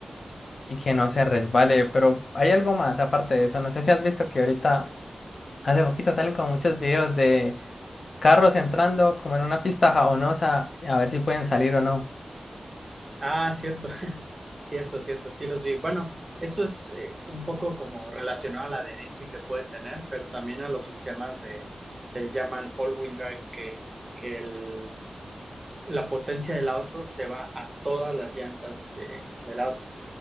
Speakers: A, on the left; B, on the right.
A: y que no se resbale, pero hay algo más aparte de eso. No sé si has visto que ahorita, hace poquito salen como muchos videos de carros entrando como en una pista jabonosa a ver si pueden salir o no.
B: Ah, cierto, <laughs> cierto, cierto, sí los vi. Bueno, eso es eh, un poco como relacionado a la adherencia que puede tener, pero también a los sistemas de, se les llaman all-wheel drive, que, que el la potencia del auto se va a todas las llantas de- del auto.